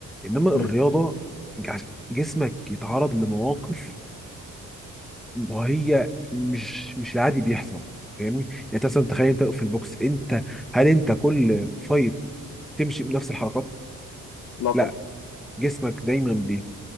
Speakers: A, in the centre; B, on the left.
A: إنما الرياضة
B: امم
A: جع- جسمك يتعرض لمواقف وهي مش مش العادي بيحصل فاهمني يعني انت مثلا تخيل انت في البوكس انت هل انت كل فايت بتمشي بنفس الحركات
B: لا طبعا
A: لا جسمك دايما بيت